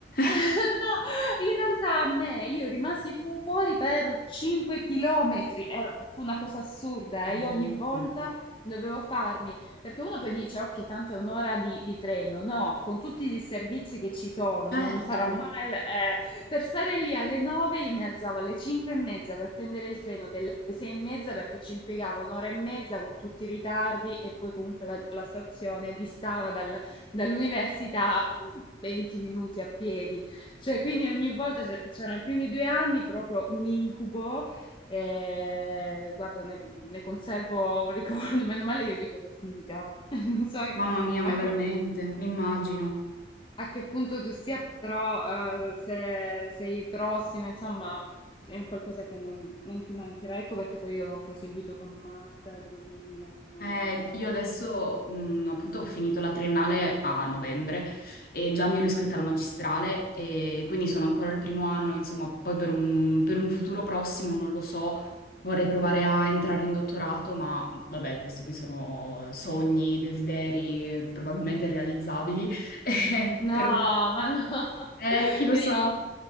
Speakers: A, on the left; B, on the left.
A: <laughs>
B: <laughs>
A: No, in realtà a me, io rimasi fuori per 5 chilometri, Era- fu una cosa assurda,
B: No,
A: eh. Io ogni volta dovevo farmi, perché uno poi dice, ok, tanto è un'ora di, di treno, no, con tutti i servizi che ci sono,
B: Certo,
A: non sarà mai... il- eh, per stare lì alle 9 io mi alzavo alle 5 e mezza per prendere il treno delle 6 e mezza perché ci impiegavo un'ora e mezza con tutti i ritardi e poi comunque la, la stazione distava dal- dall'università mh, 20 minuti a piedi. Cioè, quindi ogni volta c'è- c'erano i primi due anni proprio un incubo. eh, guarda, ne, ne conservo un ricordo. <laughs> Meno male io dico che è finita. <laughs> Non so
B: mamma mia, ma
A: a
B: veramente,
A: che,
B: mi immagino.
A: a che punto tu sia, però eh, se sei prossima, insomma, è un qualcosa che non, non ti mancherà. Ecco perché poi io non ho proseguito con master, con nulla. non ho-
B: Eh, io adesso, mh, appunto, ho finito la triennale a novembre e già mi ero iscritta alla magistrale e quindi sono ancora al primo anno, insomma, poi per un, per un futuro prossimo, non lo so, vorrei provare a entrare in dottorato, ma vabbè, questi qui sono sogni, desideri eh, probabilmente realizzabili, <laughs> eh,
A: No,
B: però
A: ma no. <laughs>
B: eh, chi lo
A: Vedi,
B: sa?
A: Il